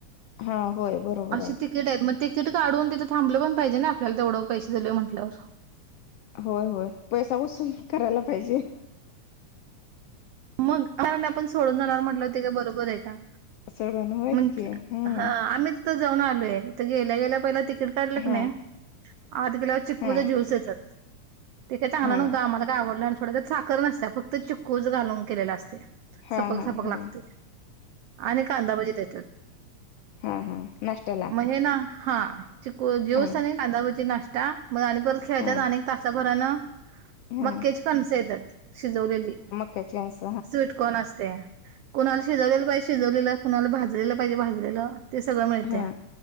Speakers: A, on the left; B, on the right.
A: हा होय बरोबर
B: अशी
A: आहे.
B: तिकीट आहेत. मग तिकीट काढून तिथं थाबलं पण पाहिजे ना आपल्याला तेवढं पैसे दिले म्हटल्यावर.
A: होय, होय पैसा वसूल करायला पाहिजे.
B: मग <unintelligible> आपण सोडून जाणार म्हटलं ते का बरोबर आहे का?
A: सोडून होयच
B: म्हण
A: की हां
B: हा आमीच जाऊन आलोय. तर गेल्या गेल्या पहिलं तिकीट काढलं की
A: हां
B: नाही, आधी गेल्या चिक्कूचा
A: हां
B: ज्यूस देतात. ते काही चांगल
A: हां
B: नव्हत. आम्हाला काय आवडलं नाय थोड त्यात साखर नसत. फक्त चिक्कूच घालून केलेल असते.
A: हां
B: सपक
A: हां
B: सपक
A: हां
B: लागतय. आणि कांदाभजी देतात.
A: हा हा नाश्त्याला.
B: मग हे ना हा चिकू ज्यूस
A: हां
B: आणि कांदा भजी, नाश्ता मग आणि परत खेळतात
A: हां
B: आणि तासा भरान
A: हां
B: मक्याची कणसं येतात शिजवलेली.
A: त्याचे अस
B: स्वीटकॉर्न असतेया. कुणाला शिजवलेलं पाहिजे शिजवलेलं. कुणाला भाजलेलं पाहिजे भाजलेलं ते सगळ मिळतया.
A: हां